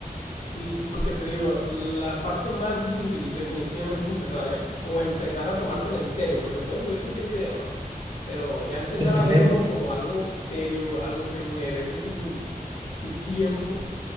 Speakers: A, on the left; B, on the right.
A: Sí, sí, porque te digo, la parte más difícil definitivamente es empezar, ¿eh? O empezar a tomártelo en serio, porque puedes subir cualquier video, ¿no? Pero ya empezar
B: sí, sí,
A: a verlo
B: sí,
A: como algo serio, algo que merece su, su tiempo,